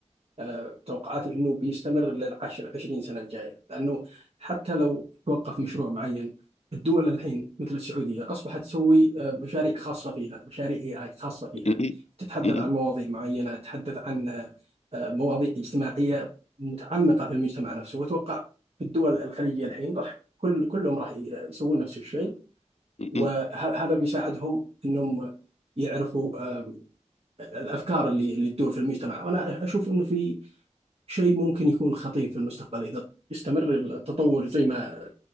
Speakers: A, on the right; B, on the left.
A: آه، توقعاتي انه بيستمر للعشر 20 سنه الجايه لانه حتى لو توقف مشروع معين الدول الحين مثل السعوديه اصبحت تسوي آه، مشاريع خاصه فيها مشاريع اي اي خاصه فيها
B: م- م-
A: تتحدث
B: م-
A: عن مواضيع معينه تتحدث عن آه، آه، مواضيع اجتماعيه متعمقه في المجتمع نفسه واتوقع في الدول الخليجيه الحين راح كل كلهم راح يسوون نفس الشيء
B: م-
A: وهذا
B: م-
A: بيساعدهم انهم يعرفوا آه، الافكار اللي اللي تدور في المجتمع وانا اشوف انه في شيء ممكن يكون خطير في المستقبل إذا استمر التطور زي ما